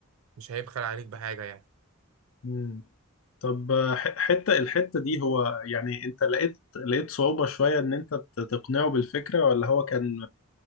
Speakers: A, on the right; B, on the left.
A: مش هيبخل عليك بحاجة يعني
B: مم. طب آه، ح- حتة الحتة دي هو يعني انت لقيت لقيت صعوبة شوية ان انت ت- تقنعه بالفكرة ولا هو كان